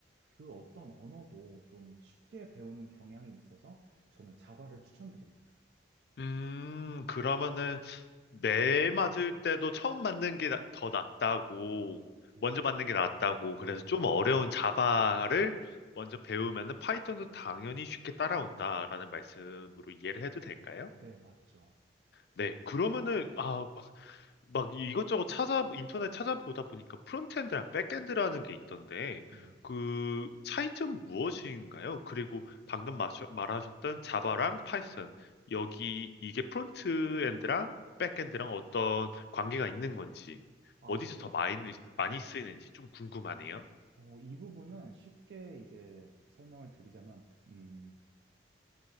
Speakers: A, on the right (about 65°); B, on the left (about 60°).
A: 그 어떤 언어도 좀 쉽게 배우는 경향이 있어서 저는 자바를 추천드립니다.
B: 음, 그러면은 매 맞을 때도 처음 맞는 게 더 낫다고,
A: 네.
B: 먼저 맞는 게 낫다고, 그래서 좀 어려운 자바를 먼저 배우면은 파이썬도 당연히 쉽게 따라온다라는 말씀으로 이해를 해도 될까요?
A: 네, 맞죠.
B: 네, 그러면은, 아, 막 이것저것 찾아, 인터넷 찾아보다 보니까 프론트엔드랑 백엔드라는 게 있던데,
A: 네.
B: 그 차이점 무엇인가요? 그리고 방금 마셔- 말하셨던 자바랑 파이썬, 여기 이게 프론트엔드랑 백엔드랑 어떤 관계가 있는 건지,
A: 아,
B: 어디서
A: 네.
B: 더 많이, 많이 쓰이는지 좀 궁금하네요.
A: 어, 이 부분은 쉽게 이제 설명을 드리자면, 음,